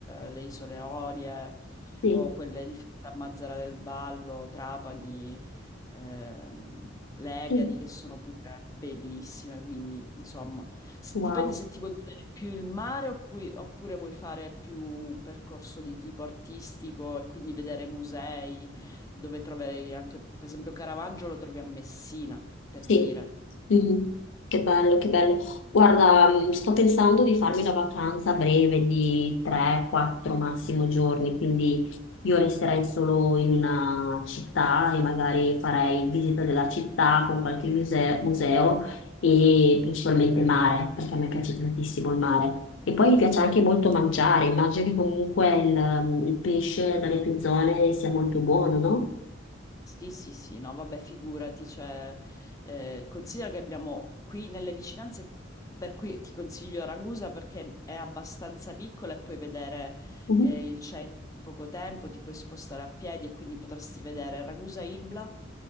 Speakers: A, on the left; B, on the left.
A: le isole Eolie
B: sì.
A: o quelle di Mazzara del Vallo, Trapani, ehm, Legadi,
B: Sì.
A: che sono pure bellissime, quindi insomma, s-
B: Wow.
A: dipende se ti vuoi godere più il mare oppure, oppure vuoi fare più un percorso di tipo artistico e quindi vedere musei, dove troverai anche, per esempio, Caravaggio lo trovi a Messina, per
B: Sì,
A: dire.
B: Mhm. Che bello, che bello. Guarda, mh, sto pensando di farmi una vacanza breve di 3-4 massimo giorni, quindi io resterei solo in una città e magari farei visita della città con qualche muse- museo e principalmente mare, perché a me piace tantissimo il mare. E poi mi piace anche molto mangiare, immagino che comunque il, mh, il pesce dalle tue zone sia molto buono, no?
A: Sì, sì, sì, no, vabbè, figurati, cioè, eh, considera che abbiamo qui nelle vicinanze, per cui ti consiglio Ragusa perché è abbastanza piccola e puoi vedere
B: Mhm.
A: eh, il centro in poco tempo, ti puoi spostare a piedi e quindi potresti vedere Ragusa Ibla,